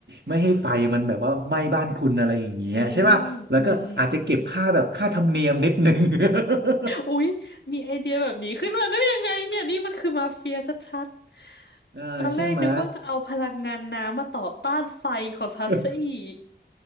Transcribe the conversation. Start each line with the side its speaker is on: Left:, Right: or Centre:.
Right: ไม่ให้ไฟมันแบบว่าไหม้บ้านคุณอะไรอย่างเงี้ยใช่ป่ะแล้วก็อาจจะเก็บค่าแบบค่าธรรมเนียมนิดนึง
Left: อืมอืมอืมอืม
Right: <laughs>
Left: อุ๊ยมีไอเดียแบบนี้ขึ้นมาได้ยังไงเนี่ยนี่มันคือมาเฟียชัด
Right: เออใช่ไหม
Left: ๆตอนแรกนึกว่าจะเอาพลังงานน้ำมาต่อต้านไฟของฉันซะอีก
Right: ย